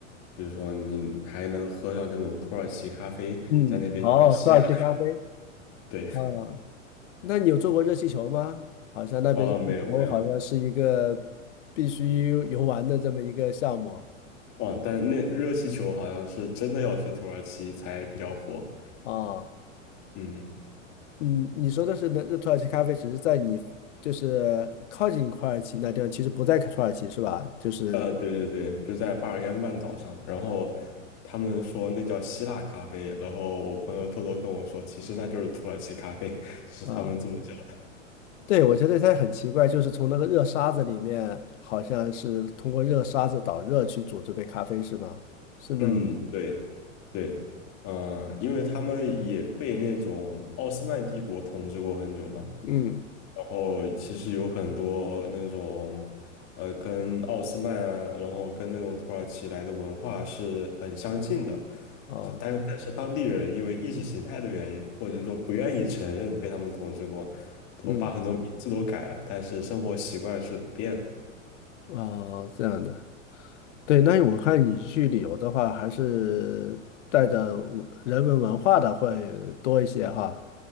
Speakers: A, on the left (about 45°); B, on the left (about 65°).
A: 比如说你还能喝上那种土耳其咖啡，
B: 嗯，
A: 在那边就叫希腊咖，
B: 好，土耳其咖啡
A: 对，
B: 啊，那你有做过热气球吗？好像那边热气球好像是一个必须游玩的这么一个项目
A: 哦，没有没有。哇，但那热气球好像是真的要去土耳其才比较火。
B: 啊。
A: 嗯，
B: 嗯，你说的是那那土耳其咖啡，只是在你就是靠近土耳其那地方，其实不在土耳其是吧？就是。
A: 呃，对对对，就在巴尔干半岛上。然后他们说那叫希腊咖啡，然后我朋友偷偷跟我说，其实那就是土耳其咖啡，<laughs> 是他们这么叫的。
B: 啊。对，我觉得它很奇怪，就是从那个热沙子里面，好像是通过热沙子导热去煮这杯咖啡，是吧？是那个，
A: 嗯，对对，嗯、因为他们也被那种奥斯曼帝国统治过很久嘛，
B: 嗯，
A: 然后其实有很多那种，呃，跟奥斯曼啊，然后跟那种土耳其来的文化是很相近的，
B: 哦，
A: 就但但是当地人因为意识形态的原因，或者说不愿意承认被他们统治过，都把很多名字都改了，
B: 嗯，
A: 但是生活习惯是不变的。
B: 哦，这样的。对，那我看你去旅游的话，还是带着人文文化的会多一些哈。